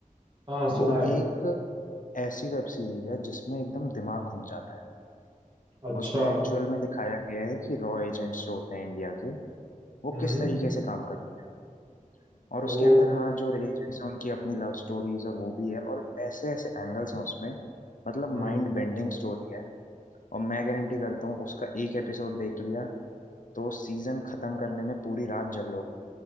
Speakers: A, on the right (about 35°); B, on the left (about 65°).
A: हाँ सुनाए
B: वो एक ऐसी वेब सीरीज है जिसमें एकदम दिमाग घूम जाता है
A: अच्छा
B: उसमें एक्चुअल में दिखाया गया है कि रॉ एजेंट्स जो होते हैं इंडिया के वो
A: हम्म
B: किस तरीके से काम करते हैं और उसके
A: ओ
B: अंदर हाँ जो एजेंट्स हैं उनकी अपनी लव स्टोरीज और वो भी है और ऐसे ऐसे एंगल्स हैं उसमें मतलब
A: हम्म
B: माइंड बेंडिंग स्टोरी है और मैं गारंटी करता हूँ उसका एक एपिसोड देख लिया तो सीजन खत्म करने में पूरी रात जग